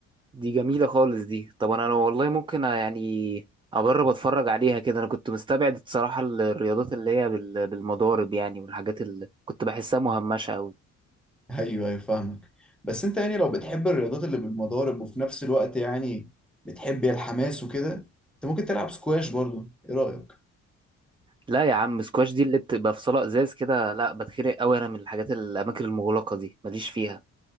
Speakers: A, on the right; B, in the centre.
A: دي جميلة خالص دي طب انا لو والله ممكن أ- يعني اجرب اتفرج عليها كده انا كنت مستبعد الصراحة ال- الرياضات اللي هي بال- بالمضارب يعني والحاجات اللي كنت بحسها مهمشة قوي
B: ايوه ايوه فاهمك بس انت يعني لو بتحب الرياضات اللي بالمضارب وفي نفس الوقت يعني بتحب الحماس وكده انت ممكن تلعب سكواش برضه ايه رأيك
A: لا يا عم سكواش دي اللي بتبقى في صالة ازاز كده لا بتخنق قوي انا من الحاجات الاماكن المغلقة دي ماليش فيها